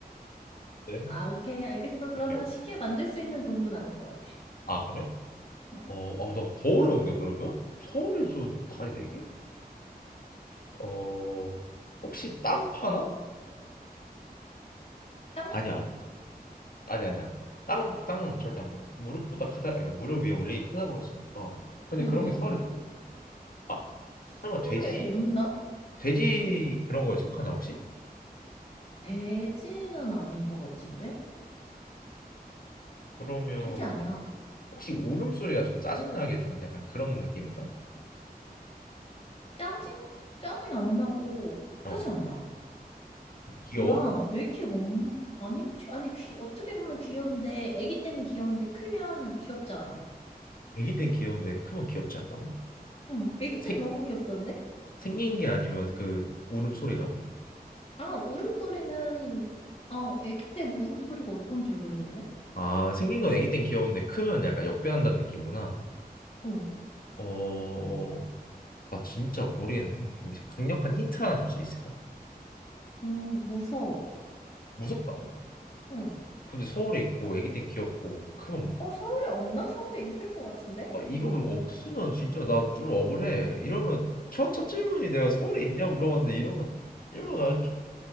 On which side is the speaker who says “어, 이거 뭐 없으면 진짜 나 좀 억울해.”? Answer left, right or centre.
Left